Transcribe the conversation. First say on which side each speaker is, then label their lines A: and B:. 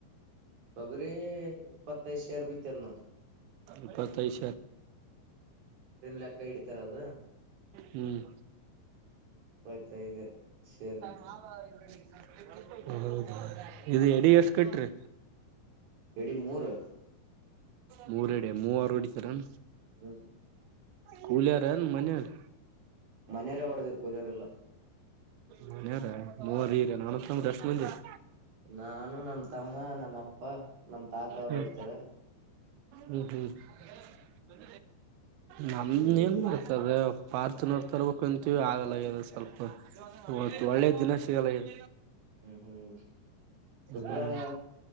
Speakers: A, on the right; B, on the right.
A: ತೊಗರಿ ಇಪ್ಪತ್ತೈದು ಶೇರ್ ಬಿತ್ಯಾದ ನೋಡು.
B: ಇಪ್ಪತ್ತೈದ್
A: ಲೆಕ್ಕ ಹಿಡಿತಾರ ಅದು
B: ಹ್ಮ್.
A: ಇಪ್ಪತ್ತೈದು ಶೇರ್ ಬಿತ್ತು
B: ಮಾವ. <unintelligible> ಹೌದೌದು. ಇದು ಎಡಿ
A: ಹ್ಮ್
B: ಎಷ್ಟ ಕಟ್ರಿ?
A: ಇಡೀ ಮೂರು
B: ಮೂರ್ ಎಡೆ ಮೂವರು ಹೊಡಿತರಣ?
A: ಹ್ಮ್
B: ಕೂಲೆರೇನ? ಮನೆಯವರ?
A: ಮನೆಯವರೇ ಹೊಡದೀವಿ ಕೂಲೆರ್ ಇಲ್ಲ.
B: ಕೂಲೆರ, ಮೂವರು ಇರೇನು ಅಣ್ಣ ತಮ್ಮರು ಎಷ್ಟು ಮಂದಿ ಇರಿ?
A: ನಾನು ನಮ್ ತಮ್ಮ ನಮ್ಮ ಅಪ್ಪ ನಮ್ ತಾತ ಅವ್ರು
B: ಹ್ಮ್
A: ಹೊಡಿತಾರ.
B: ಹ್ಮ್ ಹ್ಮ್ ನಮ
A: ಸುಮ್ಮ್
B: ಏನ್
A: ತಿರುಗಿ
B: ಮಾಡತದ ಹೇಳು? ಫಾರ್ಚೂನರ್ ತರ್ಬೇಕು ಅಂತೀವಿ ಆಗಲ್ಲ ಆಗ್ಯದ ಸ್ವಲ್ಪ, ಇವತ್ತು ಒಳ್ಳೆ ದಿನ ಸಿಗಲ್ಲ ಆಗ್ಯದ.
A: ಹ್ಮ್ ಹ್ಮ್ ಶುಕ್ರವಾರ
B: ಹ್ಮ್ <inaudible>